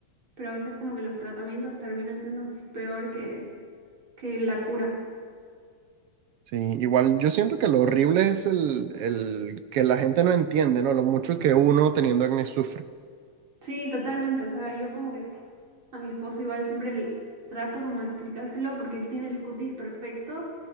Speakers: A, on the right (about 45°); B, on the right (about 70°).
A: pero a veces como que los tratamientos terminan siendo <laughs> peor que, que la cura.
B: Sí, igual yo siento que lo horrible es el, el que la gente no entiende, ¿no? Lo mucho que uno teniendo acné sufre.
A: Sí, totalmente. O sea, yo como que a mi esposo igual siempre le- trato como de explicárselo porque él tiene el cutis perfecto